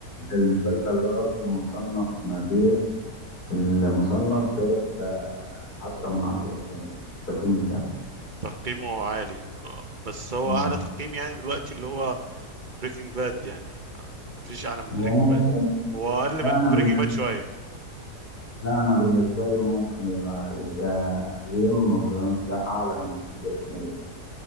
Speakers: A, on the left (about 70°); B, on the right (about 35°).
A: المسلسل ده قصدي مصنف ما بين المصنف جايب عشرة من عشرة في التقييم بتاعه
B: تقييمه عالي بس هو
A: مم.
B: اعلى تقييم يعني دلوقتي اللي هو بريكنج باد يعني مفيش اعلى من
A: هو
B: بريكنج
A: ممكن
B: باد هو اقل
A: لا
B: من
A: أنا بالنسبة
B: بريكنج باد شويه
A: لا أنا بالنسبة لي ممكن يبقى يبقى جيم أوف ثرونز، لا أعلى من بريكنج باد